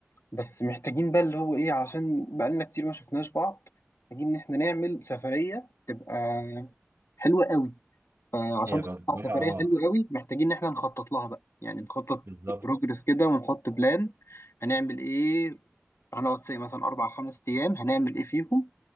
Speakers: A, on the left; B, on the right.
A: بس محتاجين بقى اللي هو إيه عشان بقالنا كتير ما شفناش بعض محتاجين إن إحنا نعمل سفرية تبقى حلوة قوي فعشان
B: هي
A: تطلع
B: بقى
A: سفريه
B: اه
A: حلوه قوي محتاجين ان احنا نخطط لها بقى يعني نخطط
B: بالظبط
A: بروجرس كده ونحط بلان هنعمل ايه هنقعد سي مثلا اربع خمس ايام هنعمل ايه فيهم